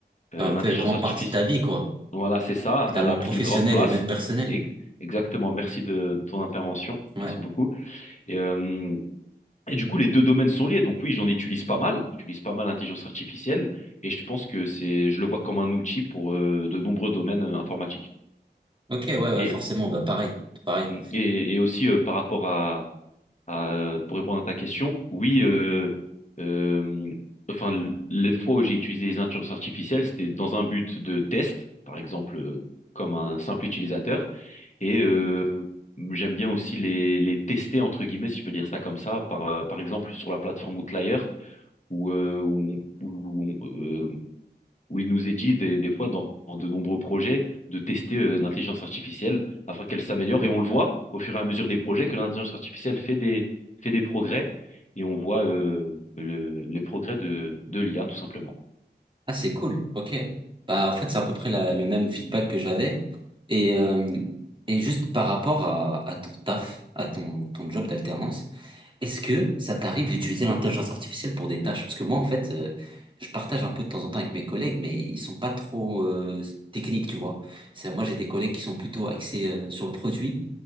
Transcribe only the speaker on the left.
Euh,
l'intelligence
artificielle,
voilà, c'est ça,
elle a pris
une grande place.
Ex- Exactement, merci de de ton intervention,
merci beaucoup. Et, euh, et du coup, les deux domaines sont liés. Donc oui, j'en utilise pas mal. J'utilise pas mal l'intelligence artificielle et je pense que c'est, je le vois comme un outil pour euh, de nombreux domaines euh, informatiques.
Et
mmh, et, et aussi euh, par rapport à, à- pour répondre à ta question, oui, euh, euh, enfin l- les fois où j'ai utilisé les intelligences artificielles, c'était dans un but de test, par exemple euh, comme un simple utilisateur. Et euh, j'aime bien aussi les, les tester, entre guillemets, si je peux dire ça comme ça, par, euh, par exemple sur la plateforme Outlier, où, euh, où, on- où, on- euh, où il nous est dit des, des fois dans, dans de nombreux projets de tester euh, l'intelligence artificielle afin qu'elle s'améliore. Et on le voit au fur et à mesure des projets que l'intelligence artificielle fait des, fait des progrès. Et on voit euh, le- les progrès de, de l'IA, tout simplement.
Mm.